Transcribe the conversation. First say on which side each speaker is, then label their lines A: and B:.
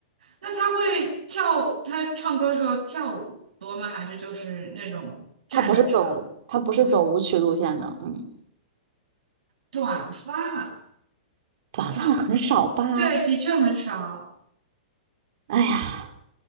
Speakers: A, on the right; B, on the right.
A: 那他会跳，他唱歌的时候跳舞多吗？还是就是那种站着唱？
B: 他不是走，他不是走舞曲路线的，
A: 不是
B: 嗯，
A: 短发，
B: 短发的很少吧？
A: 短，对，的确很少。
B: 哎呀，